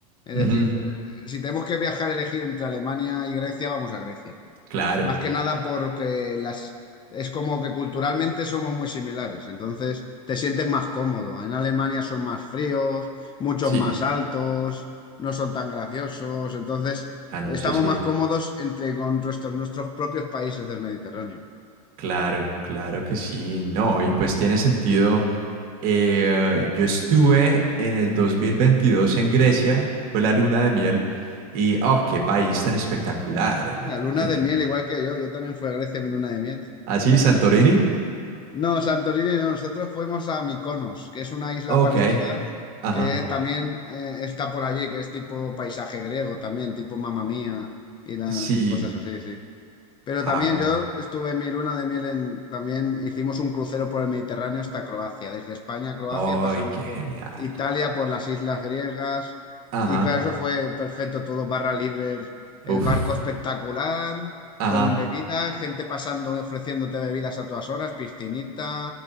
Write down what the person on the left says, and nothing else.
es
decir, Ujú. si tenemos que viajar, elegir entre Alemania y Grecia, vamos a Grecia.
Más que nada porque las es como que culturalmente somos muy similares, entonces te sientes más cómodo. En Alemania son más fríos, muchos
más altos, no son tan graciosos, entonces
estamos
más cómodos entre con nuestros, nuestros propios países del Mediterráneo.
Mira, luna
de miel, igual que yo, yo también fui a Grecia en mi luna de miel.
No, Santorini, no, nosotros fuimos a Mykonos, que es una isla
parecida
que también eh, está por allí, que es tipo paisaje griego también, tipo Mamma Mía y, la-
y cosas así, sí. Pero
también yo estuve en mi luna de miel en, también hicimos un crucero por el Mediterráneo hasta Croacia, desde España a Croacia,
pasando
por
Italia, por las islas griegas.
Y claro, eso fue perfecto, todo barra libre, el el
barco espectacular,
con bebidas, gente pasando, ofreciéndote bebidas a todas horas, piscinita